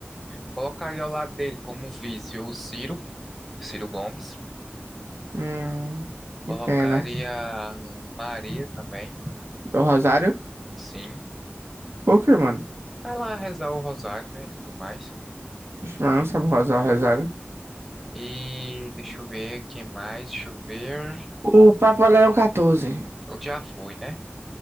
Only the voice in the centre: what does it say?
Colocaria ao lado dele como um vice o Ciro, Ciro Gomes.
Colocaria
a Maria também,
sim.
Pra lá rezar o rosário, né? E tudo mais.
E deixa eu ver quem mais. Deixa eu ver.
Ele já foi, né?